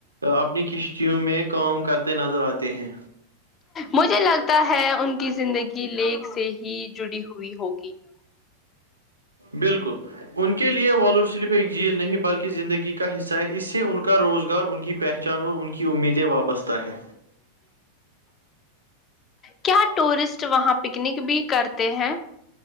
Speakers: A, on the right (about 80°); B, on the left (about 25°).
A: اپنی کش کیوں میں کام کرتے نظر آتے ہیں
B: مجھے لگتا ہے ان کی زندگی لیک سے ہی جڑی ہوئی ہوگی
A: بالکل ان کے لئے والور صرف ایک جھیل نہیں بلکہ زندگی کا حصہ ہے اس سے ان کا روزگار ان کی پہچان چانور ان کی امیدیں وابستہ ہے
B: کیا ٹورسٹ وہاں پکنک بھی کرتے ہیں